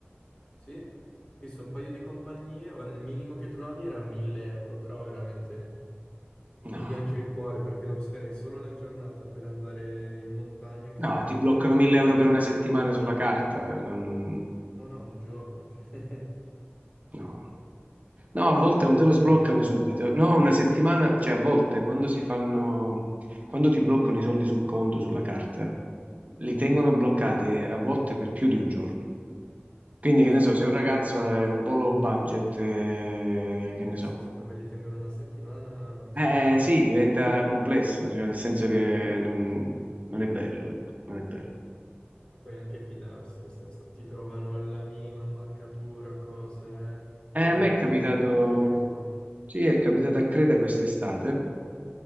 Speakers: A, on the left (about 25°); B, on the right (about 35°).
A: Sì, ho visto un paio di compagnie, ora il minimo che trovavi era 1000 euro, però veramente
B: No,
A: mi piange il cuore perché la userei solo una giornata per andare in montagna che
B: no,
A: lì hanno
B: ti
A: un
B: bloccano
A: parco
B: 1000 euro
A: che-
B: per una settimana sulla carta. eh, non-
A: No, no, un giorno. cioè. <laughs>
B: No. No, a
A: Poi
B: volte
A: vabbè,
B: non te
A: te
B: lo sbloccano
A: li ridanno,
B: subito.
A: eh, però...
B: No, una settimana, cioè a volte quando si fanno, quando ti bloccano i soldi sul conto, sulla carta, li tengono bloccati eh, a volte per più di un giorno. Quindi, che ne so,
A: Ah,
B: se un
A: tu-
B: ragazzo è un po' low budget, eh, che
A: eh,
B: ne so.
A: sì, se poi me li tengono una settimana...
B: Eh,
A: <laughs>
B: sì, diventa complesso, cioè, nel senso che non, non è bello, ecco, non è bello.
A: Ma puoi anche fidarsi, nel senso, ti trovano la minima ammaccatura, cose, eh, Puoi
B: Eh,
A: aver
B: a me
A: fatto
B: è capitato,
A: tutte le foto che vuoi.
B: sì, è capitato a Creta quest'estate,